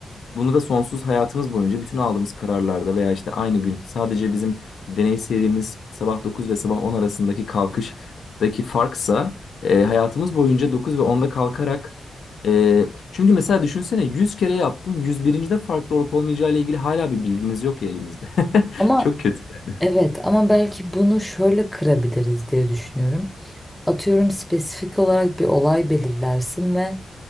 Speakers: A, on the left (about 70°); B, in the centre.
A: bunu da sonsuz hayatımız boyunca bütün aldığımız kararlarda veya işte aynı gün sadece bizim deney serimiz sabah 9 ve sabah 10 arasındaki kalkıştaki farksa e, hayatımız boyunca 9 ve 10'da kalkarak e, çünkü mesela düşünsene 100 kere yaptın 101. de farklı olup olmayacağı ile ilgili hala bir bilgimiz yok ya elimizde. <laughs>
B: ama
A: Çok kötü yani.
B: Evet ama belki bunu şöyle kırabiliriz diye düşünüyorum. Atıyorum spesifik olarak bir olay belirlersin ve